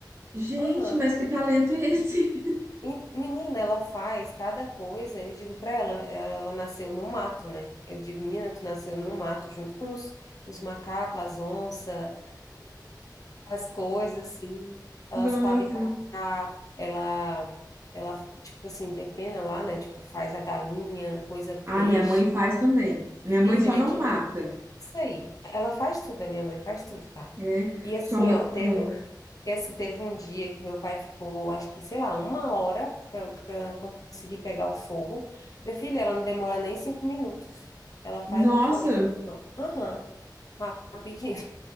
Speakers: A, on the right; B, on the left.
A: Gente,
B: Aham.
A: mas que talento é esse? <laughs>
B: E, menina, ela faz cada coisa. Eu digo pra ela, ela nasceu no mato, né? Eu digo, menina, tu nasceu no mato junto com os, os macacos, as onças, as coisas, assim, ela
A: Nossa.
B: sabe caçar, ela, ela, tipo assim, depena lá, né? Tipo, faz a galinha, coisa
A: Ah,
B: peixe.
A: minha mãe faz também. Minha
B: Filha,
A: mãe só não
B: tira
A: mata,
B: isso aí. Ela faz tudo, a minha mãe faz tudo, tá?
A: é.
B: E assim,
A: Sua mãe.
B: ó, teve,
A: hum.
B: e assim, teve um dia que meu pai ficou, acho que, sei lá, uma hora para conseguir pegar o fogo. Minha filha, ela não demora nem cinco minutos. Ela faz
A: Nossa,
B: um fogo assim, ó. Aham, rapidinho.